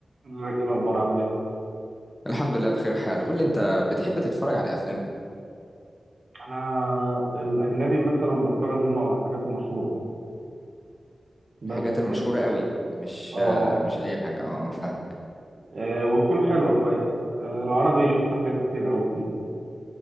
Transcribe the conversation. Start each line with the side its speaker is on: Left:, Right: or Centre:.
Right: ازيك ايه الاخبار عامل ايه
Left: الحمد لله بخير حال قول لي انت بتحب تتفرج على افلام ايه
Right: انا الاجنبي مثلا بتفرج منه على الحاجات المشهوره بس
Left: الحاجات
Right: اه
Left: المشهورة قوي مش
Right: اه
Left: آه، مش اي حاجة اه اه فاهمك
Right: آه، وتكون حلوه كويس آه، العربي شفت حاجات كتير قوي فيه